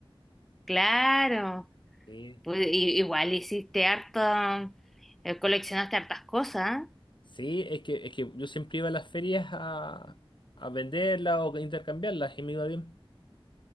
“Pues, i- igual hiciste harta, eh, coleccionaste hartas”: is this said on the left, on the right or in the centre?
Centre